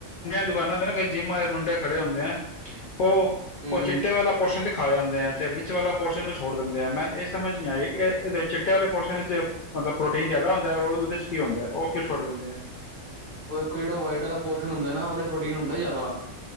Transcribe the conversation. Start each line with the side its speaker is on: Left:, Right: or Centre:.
Left: ਦੁਕਾਨਾਂ <unintelligible> ਕਿੰਦੇ ਨਾ ਕ ਜਿੰਮ ਆੇ ਮੁੰਡੇ ਖੜੇ ਹੁੰਦੇ ਹੈ <unintelligible> ਉਹ
Right: ਹੂੰ-ਹੂੰ-ਹੂੰ
Left: ਉਹ ਚਿੱਟੇ ਵਾਲਾ ਪੋਰਸ਼ਨ ਤੇ ਖਾ ਜਾਂਦੇ ਹੈ ਤੇ ਵਿੱਚ ਵਾਲਾ ਪੋਰਸ਼ਨ ਨੂੰ ਛੱਡ ਦਿੰਦੇ ਹੈ ਮੈਨੂੰ ਇਹ ਸਮਝ ਨਹੀਂ ਆਈ ਇਹਦੇ ਚਿੱਟੇ ਵਾਲੇ ਪੋਰਸ਼ਨ ਵਿੱਚ ਮਤਲਬ ਪ੍ਰੋਟੀਨ ਜ਼ਿਆਦਾ ਹੁੰਦਾ ਹੈ ਉਹਦੇ ਚ ਕੀ ਹੁੰਦਾ ਹੈ ਉਹ ਕਿਉਂ ਛੱਡ ਦਿੰਦੇ ਆ
Right: ਉਹ ਇੱਕੋ ਜਿਹੜਾ ਵਾਈਟ ਵਾਲਾ ਪੋਸ਼ਸ਼ਨ ਹੁੰਦਾ ਨਾ ਉਹਦੇ ਪ੍ਰੋਟੀਨ ਹੁੰਦਾ ਜ਼ਿਆਦਾ